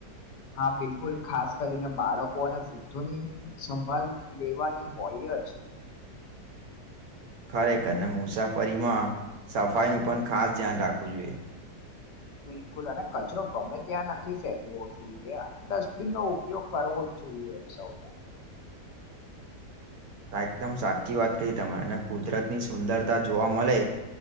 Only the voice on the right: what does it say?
ખરેખરને મુસાફરીમાં સફાઈનુ પણ ખાસ ધ્યાન રાખવું જોઈએ.
આ એકદમ સાચી વાત કહી તમે અને કુદરતની સુંદરતા જોવા મલે